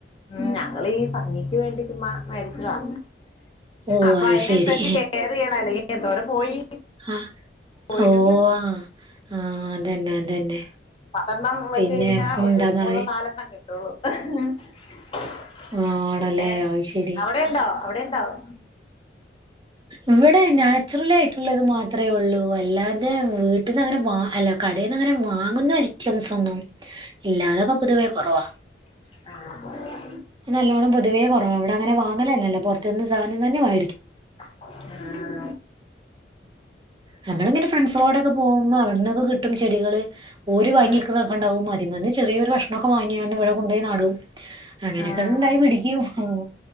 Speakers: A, on the left; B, on the right.
A: ഉം ഞങ്ങളീ ഭംഗിക്ക് വേണ്ടി ചുമ്മാ മേടിച്ചതാ
B: ഓ
A: അപ്പൊ
B: അത്
A: അതിന
B: ശരി
A: കെയർ ചെയ്യണം അല്ലെങ്കി എന്തോരം പോയി
B: ആ,
A: പോയിട്ടുണ്ട്
B: ഓ ആ ആ, അതന്നെ അതന്നെ
A: പത്തെണ്ണം വെച്ച്
B: പിന്നെ
A: കഴിഞ്ഞാ
B: എന്താ
A: ഒരു മൂന്നും
B: പറയാ
A: നാലെണ്ണം കിട്ടും <unintelligible>
B: ആണല്ലേ
A: പിന്നെ
B: അത് ശരി
A: അവിടെ ഉണ്ടോ അവിടെ? ഉണ്ടാവും.
B: ഇവിടെ നാച്ചുറൽ ആയിട്ടുള്ളത് മാത്രേ ഉള്ളൂ വാ അല്ലാതെ വീട്ടിൽന്ന് അങ്ങനെ വാ അല്ല കടയിൽന്ന് അങ്ങനെ വാങ്ങുന്ന ഐറ്റംസ് ഒന്നും ഇല്ലാതൊക്കെ പൊതുവേ കുറവാ
A: ആഹ
B: നല്ലവണ്ണം പൊതുവേ കുറവാ ഇവിടെ അങ്ങനെ വാങ്ങലല്ലോ പുറത്തനിന്ന് സാധനം തന്നെ വേ
A: ആ
B: ആ നമ്മള ഇങ്ങനെ ഫ്രെണ്ട്സോഡെക്കെ പോകുമ്പോ അവിടുന്ന് കിട്ടും ചെടികൾ ഒരു വാങ്ങിക്കുന്നൊക്കെ
A: ആഹ് അതെ
B: ഉണ്ടാവും മതി <unintelligible> ചെറിയൊരു കഷ്ണം ഒക്കെ വാങ്ങിയാണ് ഇവിടെ കൊണ്ട നടും അങ്ങനെയൊക്കെ
A: ആഹ്
B: ഉണ്ടായി പിടിക്കും ഹെ